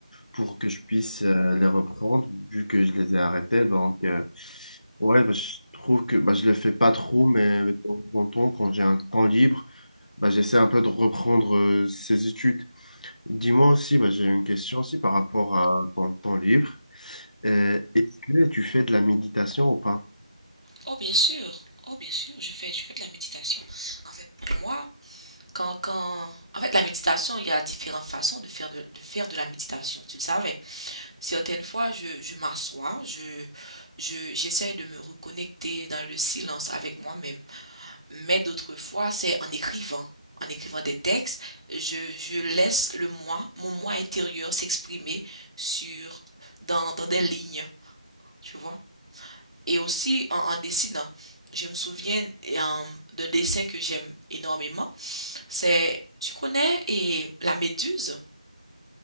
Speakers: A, on the left; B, on the right.
A: pour que je puisse euh, les reprendre, vu que je les ai arrêtées. Donc, euh, ouais, bah, je trouve que bah, je le fais pas trop, mais de temps en temps, quand j'ai un temps libre, bah, j'essaie un peu de reprendre euh, ces études. Dis-moi aussi, bah, j'ai une question aussi par rapport à ton temps libre. Euh, est-ce que tu fais de la méditation ou pas?
B: Oh, bien sûr. Oh, bien sûr, je fais, je fais de la méditation. En fait, pour moi, quand, quand, en fait, la méditation, il y a différentes façons de faire de, de faire de la méditation, tu le savais. Certaines fois, je, je m'assois, je, je, j'essaie de me reconnecter dans le silence avec moi-même. Mais d'autres fois, c'est en écrivant. En écrivant des textes, je, je laisse le moi, mon moi intérieur s'exprimer sur, dans, dans des lignes, tu vois. Et aussi, en, en dessinant, je me souviens euh, d'un dessin que j'aime énormément. C'est, tu connais, et la méduse.